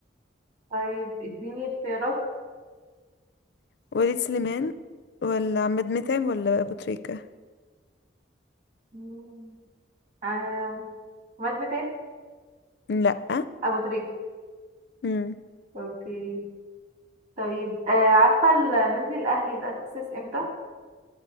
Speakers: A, on the right (about 40°); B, on the left (about 55°).
A: طيب اديني اختيارات
B: وليد سليمان ولا عماد متعب ولا أبو تريكة
A: مم. آم، عماد متعب
B: لأ
A: أبو تريكة
B: مم.
A: اوكي طيب آه عارفة ال- نادي الأهلي اتأسس امتى؟